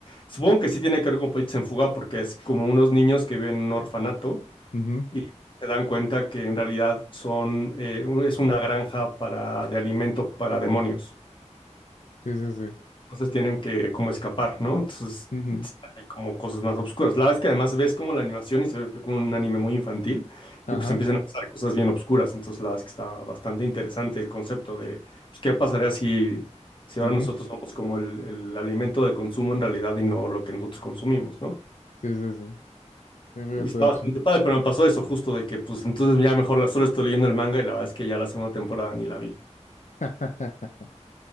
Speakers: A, on the left; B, on the left.
A: Supongo que sí tiene que ver con Pollitos en Fuga porque es como unos niños que viven en un orfanato
B: Ujú.
A: y se dan cuenta que en realidad son, eh, un- es una granja para, de alimento para demonios.
B: Sí, sí, sí.
A: Entonces tienen que como escapar, ¿no? Entonces
B: Ujú.
A: sí hay como cosas más obscuras. La verdad es que además ves como la animación y se ve como un anime muy infantil
B: Ajá.
A: y pues empiezan a pasar cosas bien obscuras. Entonces la verdad es que está bastante interesante el concepto de pues, qué pasaría si, si ahora
B: Ujú.
A: nosotros somos como el, el alimento de consumo en realidad y no lo que nosotros consumimos, ¿no?
B: Sí, sí, sí. Sí, fíjate,
A: Y está
B: de
A: bastante
B: hecho.
A: padre, pero me pasó eso justo de que, pues entonces ya mejor la solo estoy leyendo el manga y la verdad es que ya la segunda temporada ni la vi.
B: <laughs>